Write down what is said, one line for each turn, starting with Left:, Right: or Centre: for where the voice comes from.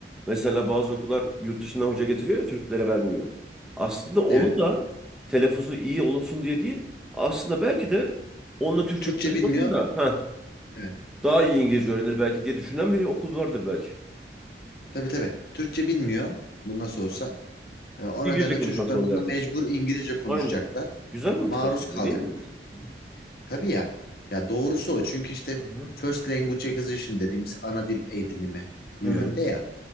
Centre: mesela bazı okullar yurt dışından hoca getiriyor ya Türklere vermiyor. Aslında onu
Left: Evet.
Centre: da telaffuzu iyi olsun diye değil. Aslında belki de onunla Türkçe
Left: Türkçe
Centre: konuşmasın
Left: bilmiyor.
Centre: da heh,
Left: Evet.
Centre: daha iyi İngilizce öğrenir belki diye düşünen bir okul vardır belki.
Left: Tabii tabii. Türkçe bilmiyor. Bu nasıl olsa. E, O
Centre: İngilizce
Left: nedenle
Centre: konuşmak
Left: çocuklar
Centre: zorunda
Left: bununla
Centre: herkes.
Left: mecbur İngilizce konuşacaklar.
Centre: Aynen. Güzel mantık
Left: Maruz
Centre: aslında
Left: kalacaklar.
Centre: bu değil mi?
Left: Tabii ya. Ya doğrusu o. Çünkü işte
Centre: Hı hı.
Left: first language acquisition dediğimiz ana dil edinimi bu
Centre: Hı
Left: yönde
Centre: hı.
Left: ya.